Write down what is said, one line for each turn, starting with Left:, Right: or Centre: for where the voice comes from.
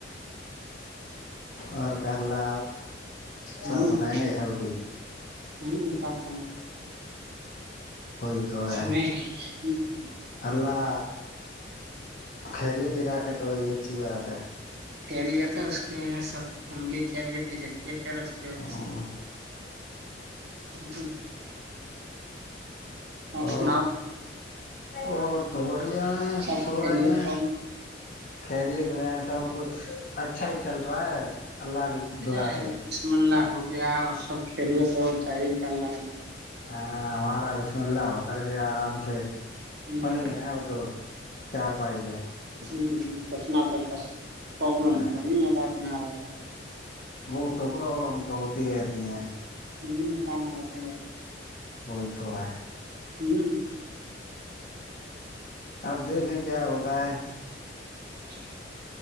Left: اور کرلہ سب
Right: ہوں
Left: سنائیں گے سب کی
Right: ہوں سپ س
Left: ہوئی تو ہے
Right: نہیں
Left: اللہ خیریت ہی رکھے تو یہ اچھی بات ہے
Right: ریتا اس کے سب فلی چار گ ٹھیک ہے نا اس کی وجہ سے
Left: ہوں
Right: <unintelligible>
Left: اور
Right: سناؤ
Left: اور تو بڑھیا ہے
Right: سب
Left: سو
Right: خیریت
Left: رہے ہیں خیریت میں سب کچھ اچھا ہی چل رہا ہے اللہ کی دعا
Right: ہے
Left: سے
Right: بسم اللہ ہو گیا اور سب کھیریے تو چاہیے خیال ل جائے
Left: ہاں وہارا بسم اللہ ہو کر کے آرام سے
Right: ہ
Left: پڑے ہیں اب تو چار پانچ گئے
Right: ہ ہ کوچ نہ کوچ بس پرابلم
Left: ہاں
Right: پ ہاں اوکے
Left: وہ تو پروابلم تو ہوتی رہتی ہیں
Right: ال چان گت
Left: بو تھ ہے
Right: ہوں
Left: اپ دیکھیں کیا ہوتا ہے
Right: چ